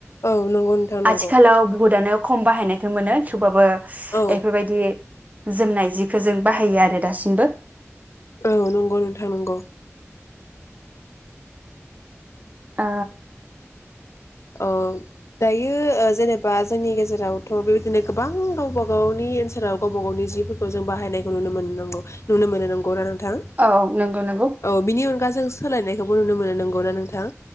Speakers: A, on the left; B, on the right.
A: औ नंगौ नोंथां नंगौ
B: आथिखालाव बुहुदानो खम बाहायनायखौ मोनो थेवबाबो
A: औ
B: एफोरबायदि जोमनाय जिखौ जों बाहायो आरो दासिमबो।
A: औ नंगौ नोंथां नंगौ
B: आ
A: ओ दायो जेनेबा जोंनि गेजेरावथ' बेबायदिनो गोबां गावबा गावनि ओनसोलाव गावबा गावनि जिफोरखौ जों बाहायनायखौ नुनो मोनो नोंगौ नुनो मोनो नोंगौ थां
B: औ नंगौ नंगौ
A: औ बिनि अनगा जों सोलायनायखौबो नुनो मोनो नंगौना नोंथां?